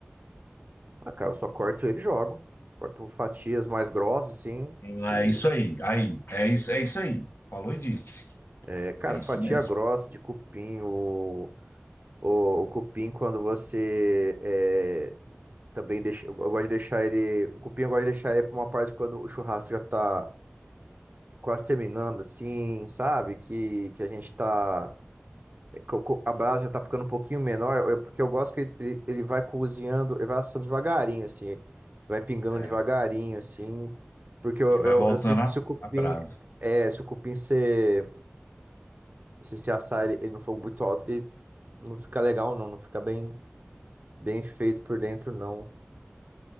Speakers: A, on the right; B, on the left.
A: Ah, cara, eu só corto ele e jogo. Corto fatias mais grossas, assim.
B: Ah,
A: E,
B: é isso aí, aí, é isso, é isso aí. Falou e disse.
A: é, cara,
B: É isso
A: fatia
B: mesmo.
A: grossa de cupim, o, o, o cupim quando você. é, Também deixo, eu gosto de deixar ele. O cupim eu gosto de deixar ele pra uma parte quando o churrasco já tá quase terminando, assim, sabe? Que, que a gente tá. que o co- A brasa já tá ficando um pouquinho menor, eu- porque eu gosto que ele, ele vai cozinhando, ele vai assando devagarinho, assim. Vai pingando
B: É.
A: devagarinho, assim. Porque eu,
B: e vai
A: eu,
B: voltando
A: eu sinto
B: a,
A: que se o cupim.
B: a brasa.
A: É, se o cupim se, se, se assar ele, ele no fogo muito alto, ele não fica legal, não. Não fica bem, bem feito por dentro, não.